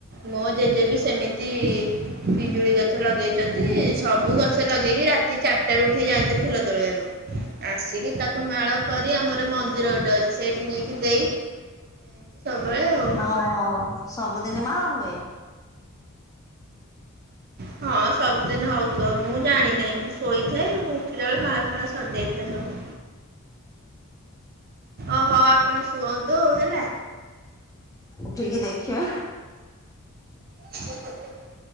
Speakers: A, on the right (about 45°); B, on the left (about 15°).
A: ମୋ ଜେଜେ ବି ସେମିତି ପିଜୁଳି ଗଛ ଲଗେଇଛନ୍ତି ସବୁ ଗଛ ଲଗେଇକି ରାତି ଚାରିଟାରୁ ଉଠିକି ଯାଆନ୍ତି ଫୁଲ ତୋଳିବାକୁ। ଆସିକି ତାକୁ ମାଳ କରି ଆମର ର ମନ୍ଦିର ଗୋଟେ ଅଛି ସେଇଠି ନେଇକି ଦେଇ ଏମତି ସବୁବେଳେ ଆଉ
B: ଓହୋ! ସବୁଦିନ ମାଳ ହୁଏ?
A: ହଁ ସବୁଦିନ ହଉଥିବ ମୁଁ ଜାଣିିନହିଁ ମୁଁ ଶୋଇଥାଏ ମୁଁ ଉଠିଲା ବେଳେ ମାଳ ଫାଳ ସରିଯାଇଥାଏ ସବୁ। ଓହୋ ଆପଣ ଶୁଅନ୍ତୁ ହେଲା।
B: ଉଠିକି ଦେଖିବା।
A: <unintelligible>